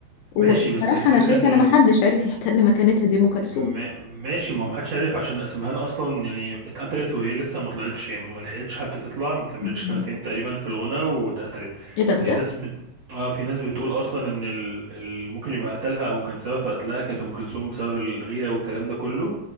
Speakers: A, on the left; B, on the right.
A: وبصراحه
B: ماشي بس الفكره
A: انا شايفه
B: ان
A: ان محدش عارف يحتل مكانتها دي ام كلثوم
B: ما- ماشي ما محدش عارف عشان اسمهان اصلا يعني اتقتلت وهي لسه ما طلعتش يعني ما لحقتش حتى تطلع ما كملتش
A: مم.
B: سنتين تقريبا في الغنى واتقتلت
A: ايه ده بجد
B: ففي ناس ب... اه في ناس بتقول اصلا ان ال... ال... ممكن يبقى قتلها او كان سبب في قتلها كانت ام كلثوم بسبب الغيره والكلام ده كله